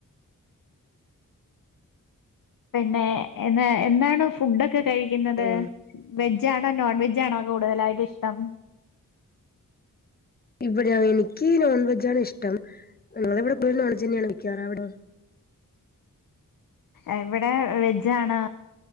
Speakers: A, on the left; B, on the left.
A: പിന്നെ എന്ന് എന്താണ് ഫുഡൊക്കെ കഴിക്കുന്നത്
B: ആ
A: വെജ് ജാണോ നോൺ വെജാണോ കൂടുതലായിട്ടിഷ്ടം
B: ഇവിടെ എനിക്ക് നോൺ വെജാണിഷ്ടം ഞങ്ങളെവിടെ കുറെ നോൺവെജെന്നെയാണ് വെക്കാറ് അവടോ?
A: എവിടെ വെജാണ്